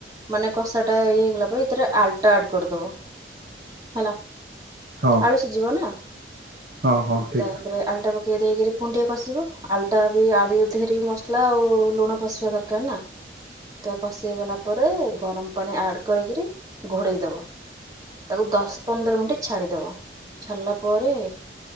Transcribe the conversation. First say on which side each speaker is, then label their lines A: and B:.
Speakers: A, on the right; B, on the right.
A: ମାନେ କଷା ଟା ଇଏ ହେଇଗଲା ପରେ ଏଥିରେ ଆଳଟା ଆଡ୍ କରିଦବ ହେଲା।
B: ହଁ
A: ଆଳୁ ସିଜିବ ନା
B: ହଁ ହଁ ଠିକ
A: ତାପରେ ଆଳୁଟା ପକେଇ ଦେଇକିରି ପୁଣି ଟିକେ କଷିବ। ଆଳୁଟା ବି ଆଳି ଧିଅରେ ବି ମସଲା ଆଉ ଲୁଣ ପଶିବା ଦରକାର ନା। ତ କଷି ହେଇଗଲା ପରେ ଗରମ ପାଣି ଆଡ୍ କରିକିରି ଘୋଡେଇ ଦବ। ତାକୁ ଦଶ ପନ୍ଦର ମିନିଟ୍ ଛାଡିଦବ। ଛାଡିଲା ପରେ